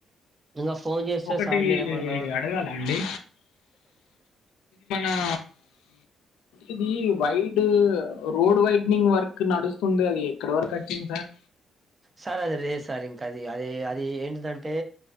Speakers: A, on the right; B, on the left.
A: ఇంగ ఫోన్ చేస్తే
B: ఒకటి
A: సార్ మీరేమన్న
B: అడగాలా అండి? ఆ ఇది వైడ్ రోడ్ వైడ్నింగ్ వర్క్ నడుస్తుంది అది ఎక్కడ వర్క్ వచ్చింది సార్
A: సార్ అది లేదు సార్ ఇంక అది అది అదిఏంటీదంటే